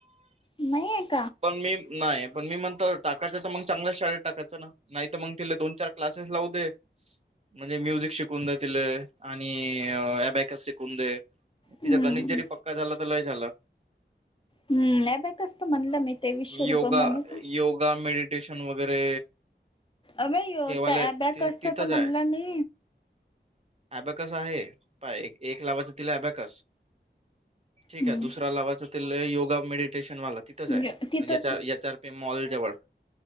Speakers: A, on the left; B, on the right.
A: नाहीये.
B: पण मी नाये पण मी म्हणतो टाकायचं तर मंग चांगल्याच शाळेत टाकायचं ना नाय त मंग तिले दोन चार क्लासेस लावू दे. म्हणजे म्युझिक शिकून दया तिलं आणि अबॅकस शिकून दे.
A: हम्म
B: तिजा गणित जरी पक्का झाला तर लय झालं.
A: हम्म अबॅकस म्हणलं मी तेवीसशे रुपये
B: योगा
A: म्हणत
B: योगा मेडिटेशन वगैरे
A: अबे यो
B: हेवाले
A: त्या अबॅकस
B: तिथंच
A: त म्हणलं मी
B: ॲबॅकस आहे पाय एक लावायचं तिला ॲबॅकस ठीक
A: हम्म
B: ये दुसरा लावाचा तिले योगा मेडिटेशन वाला तिथंच
A: म्हणजे
B: हाय
A: तिथंच
B: एच आर एच आर पे मॉल जवळ